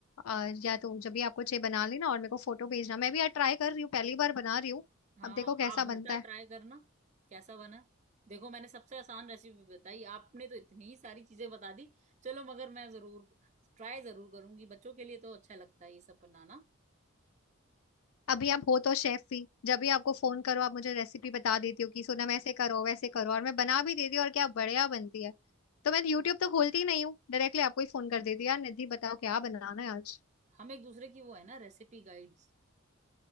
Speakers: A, on the left; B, on the right.
A: आ, या तो जब भी आपको चाहिए बना लेना और मेरे को फोटो भेजना मैं भी यार ट्राई कर रही हूँ पहली बार बना रही हूँ
B: हाँ
A: अब देखो कैसा
B: आप भरता
A: बनता है
B: ट्राई करना कैसा बना देखो मैंने सबसे आसान रेसिपी बताई आपने तो इतनी सारी चीजें बता दी चलो मगर मैं जरूर ट्राई जरूर करूंगी बच्चों के लिए तो अच्छा लगता है ये सब बनाना
A: अभी आप हो तो शेफ ही जब भी आपको फोन करो आप मुझे रेसिपी बता देती हो कि सोनम ऐसे करो वैसे करो और मैं बना भी देती हूँ और क्या बढ़िया बनती है तो मैं यूट्यूब तो खोलती ही नहीं हूँ डायरेक्टली आपको ही फोन कर देती हूँ यार निधि बताओ क्या बनाना है आज
B: हम एक दूसरे की वो है ना रेसिपी गाइड